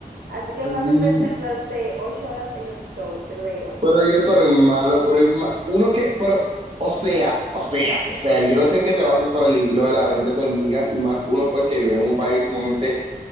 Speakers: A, on the right; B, on the right.
A: Así que
B: Ay,
A: fácilmente durante ocho horas en el sol, creo.
B: Pero yo estoy malo, pero hay ma- uno que, pero, o sea, o sea, o sea, yo no sé en qué te basas para elegir lo de las 20 hormigas y más uno pues que vive en un país sumamente